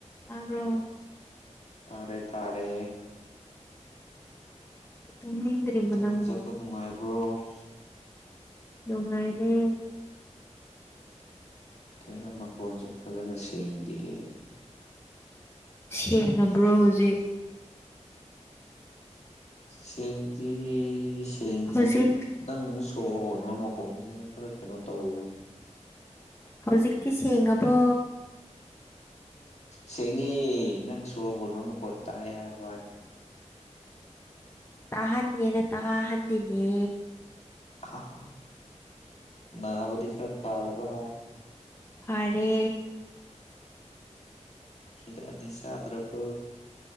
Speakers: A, on the left; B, on the left.
A: ꯇꯥꯕ꯭ꯔꯣ
B: ꯇꯥꯔꯦ ꯇꯥꯔꯦ
A: ꯇꯨꯝꯅꯤꯡꯗ꯭ꯔꯤꯕ
B: ꯊꯕꯛ
A: ꯅꯪꯕꯨ
B: ꯆꯠꯄ ꯅꯨꯡꯉꯥꯏꯕ꯭ꯔꯣ
A: ꯗꯨꯝ ꯂꯩꯌꯦ
B: ꯀꯩꯅꯣ ꯅꯈꯣꯟꯁꯨ ꯐꯖꯅ ꯁꯦꯡꯗꯦꯌꯦ
A: ꯁꯦꯡꯉꯥꯕ꯭ꯔꯣ ꯍꯨꯖꯤꯛ
B: ꯁꯦꯡꯗꯤ ꯁꯦꯡꯉꯦ
A: ꯍꯧꯖꯤꯛ
B: ꯑꯗꯣ ꯅꯪ ꯁꯣꯔ ꯍꯣꯟꯕ ꯃꯈꯣꯟꯁꯤꯅ ꯈꯔ ꯀꯩꯅꯣ ꯇꯧꯋꯦꯕ
A: ꯍꯧꯖꯤꯛꯇꯤ ꯁꯦꯡꯉꯕꯣ
B: ꯁꯦꯡꯉꯦ ꯅꯪ ꯁꯣꯔ ꯍꯣꯟꯕ ꯃꯈꯣꯟ ꯇꯥꯏ ꯍꯥꯏꯕ ꯋꯥꯅꯤ
A: ꯇꯥꯍꯟꯒꯦꯅ ꯇꯥꯍꯟꯂꯤꯅꯦ
B: <unintelligible> ꯅꯕꯗꯤ ꯈꯔ ꯐꯥꯔꯕ
A: ꯐꯔꯦ
B: ꯍꯤꯗꯥꯛꯇꯤ ꯆꯥꯗ꯭ꯔꯕꯣ